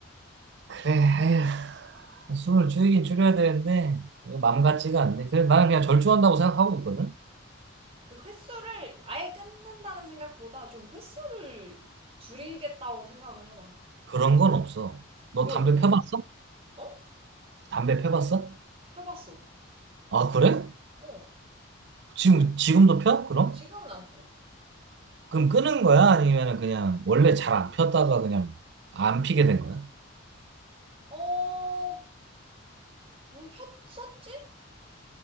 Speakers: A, on the right (about 55°); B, on the right (about 30°).
A: 그래, 에휴, 술을 줄이긴 줄여야 되는데 맘 같지가 않네. 그래, 나는 그냥 절주한다고 생각하고 있거든.
B: 그 횟수를 아예 끊는다는 생각보다 좀 횟수를 줄이겠다고 생각을 해봐.
A: 그런 건 없어. 너
B: 왜
A: 담배
B: 없는데?
A: 펴봤어?
B: 어?
A: 담배 펴봤어?
B: 펴봤어.
A: 아, 그래?
B: 어.
A: 지금 지금도 펴? 그럼?
B: 지금은 안 펴.
A: 그럼 끊은 거야? 아니면 그냥 원래 잘 안 폈다가 그냥 안 피게 된 거야?
B: 어, 음, 폈었지?